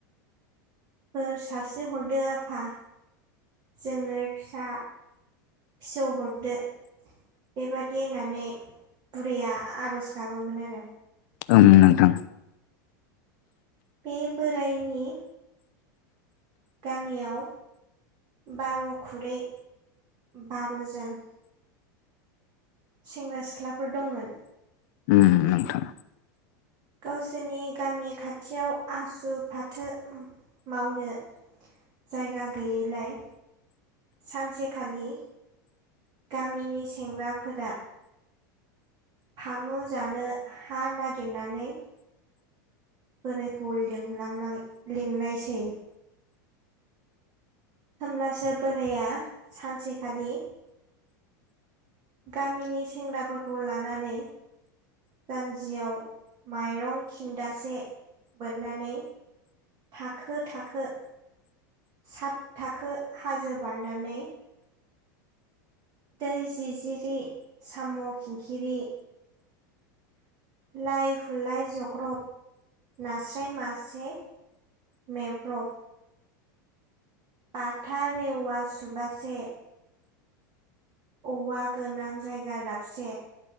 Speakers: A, on the right; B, on the left.
A: बोर सारस्रि हरदो आफा जोंनो फिसा फिसौ हरदो। बेबादि होननानै बुरैया आर'ज गाबोमोन आरो
B: ओं नोंथां
A: बे बोराइनि गामियाव बार' खुरै बार'जन सेंग्रा सिख्लाफोर दंमोन।
B: उम नोंथां
A: गावसोरनि गामि खाथियाव आसु फाथो मावनो जायगा गैयैलाय सानसेखालि गामिनि सेंग्राफोरा फामु जानो हा नागिरनानै बोरायखौ लिंलांनाय लिंनायसै होमब्लासो बोराया सानसेखालि गामिनि सेंग्राफोरखौ लानानै जानजियाव माइरं खिनदासे बोननानै थाखो थाखो सात थाखो हाजो बारनानै दै जिजिरि साम' खिंखिरि लाइ हुलाय जग्रब नास्राय मासे मेब्रब बाथा रेवा सुबासे औवा गोनां जायगा दाबसे